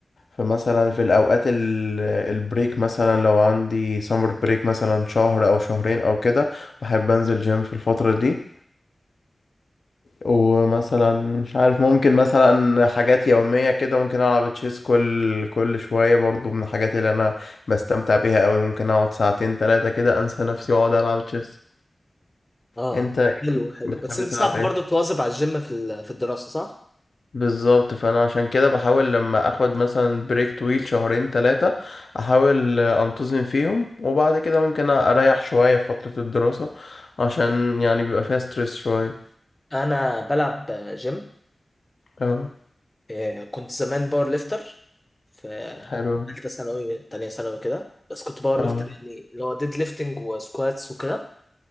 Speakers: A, on the left (about 70°); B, on the left (about 20°).
A: فمثلا في الاوقات ال... البريك مثلا لو عندي سمر بريك مثلا شهر او شهرين او كده بحب انزل جيم في الفتره دي ومثلا مش عارف ممكن مثلا حاجات يومية كده ممكن ألعب تشيس كل كل شوية برضو من الحاجات اللي أنا بستمتع بيها أوي ممكن أقعد ساعتين تلاتة كده أنسى نفسي وأقعد ألعب تشيس
B: اه
A: انت
B: حلو حلو
A: بتحب
B: بس انت
A: تلعب
B: صعب
A: ايه
B: برضه تواظب على الجيم في ال- في الدراسة صح؟
A: بالظبط فانا عشان كده بحاول لما اخد مثلا بريك طويل شهرين ثلاثة احاول انتظم فيهم وبعد كده ممكن اريح شوية في فترة الدراسة عشان يعني بيبقى فيها ستريس شوية
B: انا بلعب جيم
A: اه
B: إيه، كنت زمان باور ليفتر في
A: حلو
B: ثالثة ثانوي تانية ثانوي كده بس كنت باور
A: اه
B: ليفتر يعني اللي هو ديد ليفتنج وسكواتس وكده